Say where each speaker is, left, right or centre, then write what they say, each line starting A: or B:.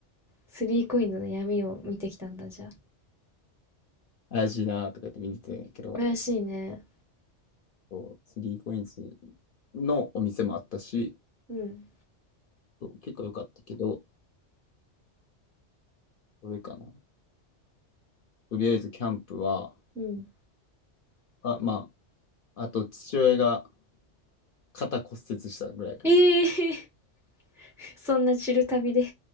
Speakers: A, in the centre; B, on the left (about 55°).
A: スリーコインズの闇を見てきたんだ、じゃあ。
B: 怪しいなーとか言って見てたんやけど、
A: 怪しいね。
B: そう、3コインズのお店もあったし、
A: うん。
B: そう結構良かったけど、どれかな。とりあえずキャンプは、
A: うん。
B: あ、まあ、あと父親が肩骨折したぐらいかな。
A: ええ、<laughs> そんなチル旅で、